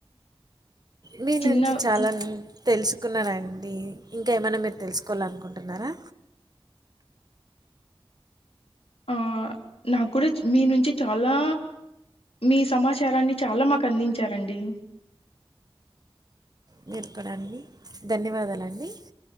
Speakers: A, on the right (about 40°); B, on the left (about 80°).
A: మీ
B: చిన్న
A: నుంచి చాలాన్
B: చి
A: తెల్సుకున్నానండి ఇంకా ఏమైనా మీర్ తెల్సుకోవాలనుకుంటున్నారా
B: ఆ నాక్ గూడు చ్ మీ నుంచి చాలా మీ సమాచారాన్ని చాలా మాకందించారండి
A: మీర్ కూడండి ధన్యవాదాలండి